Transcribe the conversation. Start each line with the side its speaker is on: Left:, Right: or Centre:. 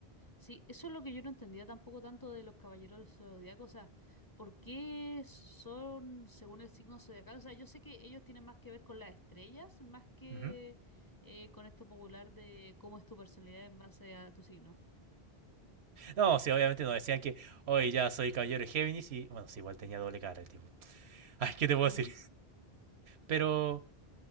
Left: Sí, eso es lo que yo no entendía tampoco tanto de los caballeros del zodiaco, o sea, ¿por qué son según el signo zodiacal? O sea, yo sé que ellos tienen más que ver con las estrellas, más que
Right: Ujú.
Left: eh, con esto popular de cómo es tu personalidad en base a tu signo.
Right: No, sí, obviamente nos decían que hoy ya soy caballero de Géminis y bueno, sí, igual tenía doble cara el tipo. Ay, ¿qué te puedo decir?
Left: Mm,
Right: Pero,